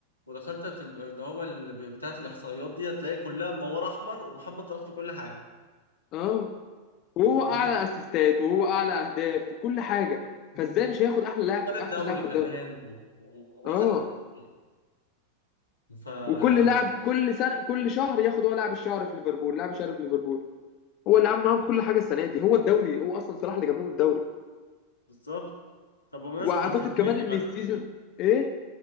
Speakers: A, on the left (about 80°); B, on the left (about 35°).
A: ودخلت في ال- اللي هو ال- بتاعة الإحصائيات دي هتلاقي كلها منورة أحمر ومحمد صلاح في كل حاجة
B: اه وهو
A: طب
B: اعلى اسيستات وهو اعلى اهداف وكل حاجه فازاي مش هياخد احلى لاعب
A: وخد
B: احسن
A: الدوري
B: لاعب في
A: كمان
B: الدوري
A: و- و-
B: اه
A: واخد الدوري ف
B: وكل
A: يعني مش
B: لاعب كل سنه كل شهر ياخد هو لاعب الشهر في ليفربول لاعب الشهر في ليفربول هو اللي عامل معاهم كل حاجه السنه دي هو الدوري هو اصلا صلاح اللي جاب لهم الدوري
A: بالظبط طب بمناسبة
B: واعتقد
A: الفانتازي
B: كمان ان
A: بقى
B: السيزون ايه